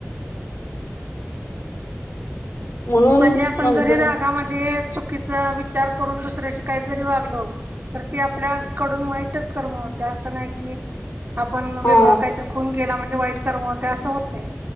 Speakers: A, on the left; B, on the right.
A: म्हणून
B: म्हणजे आपण
A: माणसान
B: जरी रागामध्ये चुकीचा विचार करून दुसऱ्याशी काही जरी वागल तर ते आपल्याकडून वाईटच करम होत असं नाही कि आपण
A: हो
B: वेगळं काहीतरी खून केला म्हणजे वाईट कर्म होते असं होत नाही